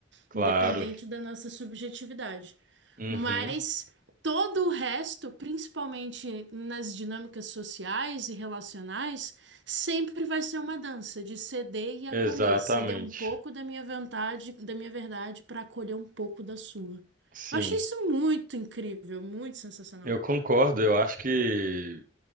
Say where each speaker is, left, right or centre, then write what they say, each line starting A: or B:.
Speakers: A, on the right; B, on the right.
A: claro.
B: independente da nossa subjetividade.
A: Uhum.
B: Mas todo o resto, principalmente nas dinâmicas sociais e relacionais, sempre vai ser uma dança de ceder e acolher,
A: Exatamente.
B: ceder um pouco da minha vontade, da minha verdade para acolher um pouco da sua.
A: Sim.
B: Eu achei isso muito incrível, muito sensacional.
A: Eu concordo. Eu acho que